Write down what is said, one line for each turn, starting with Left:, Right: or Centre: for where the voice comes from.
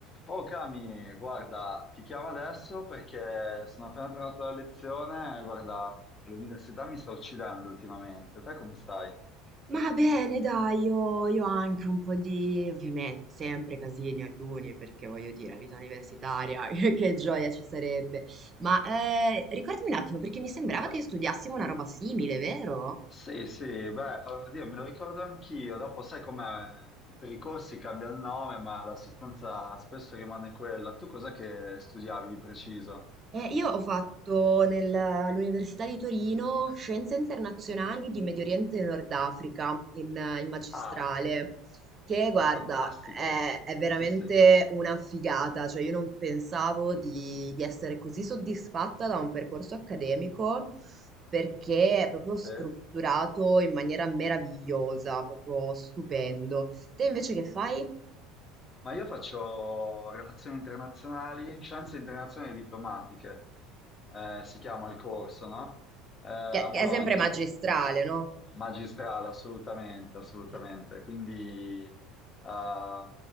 Left: Oh Cami, guarda, ti chiamo adesso perché sono appena tornato dalla lezione, guarda, l'università mi sta uccidendo ultimamente. Te come stai?
Right: Ma bene, dai, io, io anche un po' di, ovviamente, sempre casini all'uni, perché voglio dire, la vita universitaria, <laughs> che che gioia ci sarebbe. Ma eh, ricordami un attimo, perché mi sembrava
Left: Fa-
Right: che studiassimo una roba simile, vero?
Left: Sì, sì, beh, oddio, me lo ricordo anch'io. Dopo sai com'è? Per i corsi cambia il nome, ma la sostanza spesso rimane quella. Tu cos'è che studiavi di preciso?
Right: Eh, io ho fatto nel- all'Università di Torino Scienze Internazionali di Medio Oriente e Nord Africa in, in magistrale,
Left: Ah,
Right: che guarda,
Left: fantastico.
Right: è, è veramente
Left: Sì, sì.
Right: una figata, cioè io non pensavo di, di essere così soddisfatta da un percorso accademico perché è proprio strutturato
Left: Sì?
Right: in maniera meravigliosa, proprio stupendo. Te invece che fai?
Left: Ma io faccio relazioni internazionali, scienze internazionali e diplomatiche, eh, si chiama il corso, no? Eh, a
Right: Che,
Left: Bologna,
Right: che è sempre magistrale, no?
Left: magistrale, assolutamente, assolutamente.
Right: Cioè,
Left: Quindi eh,